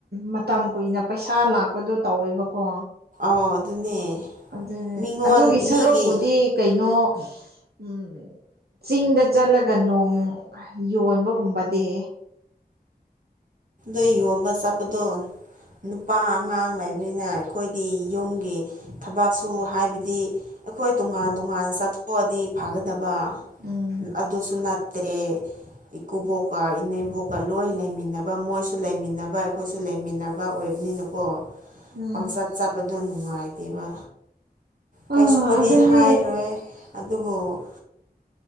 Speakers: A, on the right; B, on the right.
A: ꯃꯇꯝ ꯀꯨꯏꯅ ꯄꯩ ꯄꯩꯁꯥ ꯂꯥꯛꯄꯗꯣ ꯇꯧꯋꯦꯕꯀꯣ
B: ꯑꯣ ꯑꯗꯨꯅꯦ
A: ꯑꯗꯨꯅꯦ
B: ꯃꯤꯉꯣꯟ
A: ꯑꯗꯨꯒꯤ ꯁꯔꯨꯛꯄꯨꯗꯤ
B: ꯃꯤꯒꯤ
A: ꯀꯩꯅꯣ ꯎꯝ ꯆꯤꯡꯗ ꯆꯠꯂꯒ ꯅꯣꯡ ꯌꯣꯟꯕꯒꯨꯝꯕꯗꯤ
B: ꯑꯣ ꯌꯣꯟꯕ ꯆꯠꯄꯗꯣ ꯅꯨꯄꯥ ꯑꯉꯥꯡ ꯂꯩꯕꯅꯤꯅ ꯑꯩꯈꯣꯏꯗꯤ ꯌꯨꯝꯒꯤ ꯊꯕꯛꯁꯨ ꯍꯥꯏꯕꯗꯤ ꯑꯩꯈꯣꯏ ꯇꯣꯉꯥꯟ ꯇꯣꯉꯥꯟ ꯆꯠꯊꯣꯛꯑꯗꯤ ꯐꯥꯒꯗꯕ
A: ꯎꯝ
B: ꯑꯗꯨꯁꯨ ꯇꯦ ꯏꯀꯨꯕꯣꯛꯀ ꯏꯅꯦꯝꯕꯣꯛꯀ ꯂꯣꯏ ꯂꯩꯃꯤꯟꯅꯕ ꯃꯣꯏꯁꯨ ꯂꯩꯃꯤꯟꯅꯕ ꯑꯩꯈꯣꯏꯁꯨ ꯂꯩꯃꯤꯟꯅꯕ ꯑꯣꯏꯕꯅꯤꯅꯀꯣ
A: ꯎꯝ
B: ꯄꯪꯆꯠ ꯆꯠꯄꯗꯣ ꯅꯨꯡꯉꯥꯏꯇꯦꯕ ꯀꯩꯁꯨꯕꯨꯗꯤ
A: ꯑ ꯑꯗꯨꯅꯦ
B: ꯍꯥꯏꯔꯣꯏ ꯑꯗꯨꯕꯨ